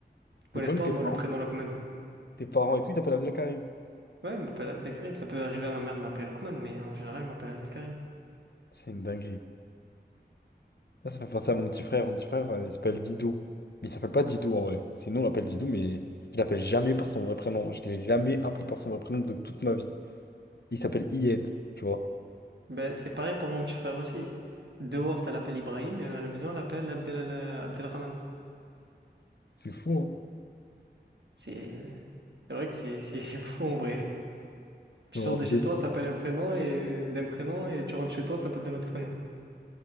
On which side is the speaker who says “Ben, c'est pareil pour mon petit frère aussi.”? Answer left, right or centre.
Right